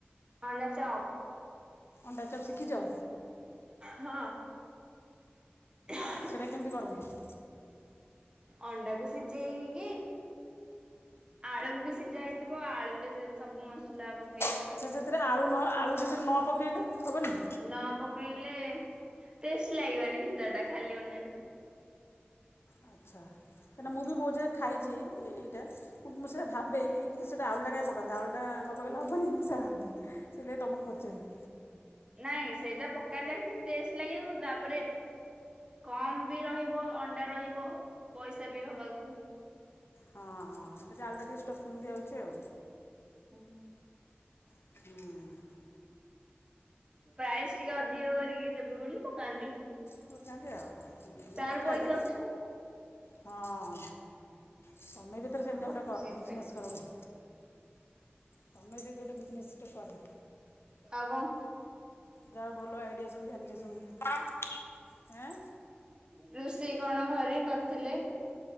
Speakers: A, on the right; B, on the left.
A: ଅଣ୍ଡା ଚପ୍।
B: ଅଣ୍ଡା ଚପ୍ ଶିଖିଛ?
A: ହଁ। <inaudible>
B: ସେଟା କେମିତି କରନ୍ତି?
A: ଅଣ୍ଡାକୁ ସିଜେ ଇକି। ଆଳୁ ବି ସିଝା ହେଇଥିବ ଆଳୁ ରେ ସେ ସବୁ ମସଲା ପ
B: ଆଚ୍ଛା ସେଥିରେ ଆଳୁ ନ ଆଳୁ ସେଥିରେ ନ ପକେଇଲେ ହବନି?
A: ନ ପକେଇଲେ ଟେଷ୍ଟ ଲାଗିବନି ଭିତର ଟା ଖାଲି ଅଣ୍ଡାରେ।
B: ଆଚ୍ଛା କାହିଁକି ନାଁ ମୁଁ ବି ବହୁଜାଗା ଖାଇଛି ଏଇଟା। ମୁଁ ସେଇଆ ଭାବେ ଇ କି ସେଟା ଆଳୁଟା କାଇଁ ପ କାନ୍ତି ଆଳୁଟା ନ ପକେଇଲେ ହବନି ମୁଁ ସେଇଆ ଭାବେ ସେଇ ଲାଗି ତମକୁ ପଚାରିଲି।
A: ନାଇଁ ସେଇଟା ପକାନ୍ତି ଏକ୍ଟୁଆଲୀ ଟେଷ୍ଟ ଲାଗିବାକୁ ତାପରେ କମ୍ ବି ରହିବ ଅଣ୍ଡା ରହିବ ପଇସା ବି ହବାକୁ
B: ହଁଁ ଏଟା ଟିକେ ଆଳୁଟା ଟିକେ ଷ୍ଟଫିଙ୍ଗ ଦିଆହଉଛି ଆଉ।
A: ଉଁ।
B: ହୁଁ।
A: ପ୍ରାଇସ ଟିକେ ଅଧିକ କରିକି ଦେବେ ବୋଲି ପକାନ୍ତି।
B: ପକାନ୍ତି ଆଉ
A: ତାର
B: ଭଲ
A: ପଇସା
B: ଲାଗେ।
A: ଉଠିବ।
B: ହଁ ତମେ ବି ଏଥର ସେମିତିଆ
A: ହଁ
B: ଗୋଟେ କର
A: ସେଇଥିପାଇଁ
B: ବିଜନେସ୍ କର ଗୋଟେ। ତମେ ଯେହେତୁ ଗୋଟେ ବିଜନେସ୍ ଟେ କର।
A: ଆଉ କ
B: ଯାହା ହଉ ଭଲ ଆଇଡିଆ ସବୁ ଜାଣିଛ ସବୁ କଣ ଆଁ।
A: ରୋଷେଇ କଣ ଘରେ କରିଥିଲେ?